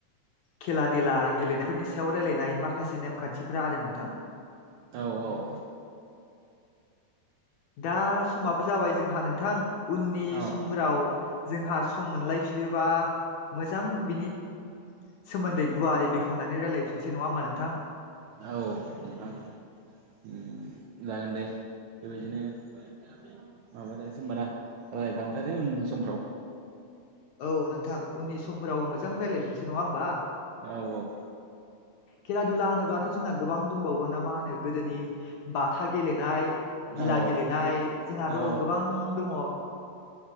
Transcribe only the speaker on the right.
औ औ
औ
औ
औ नोंथां ओम जागोन दे बेबायदिनो माबाथानोसै होनबाना रायलायदां थादो उन समफ्राव
औ
औ
औ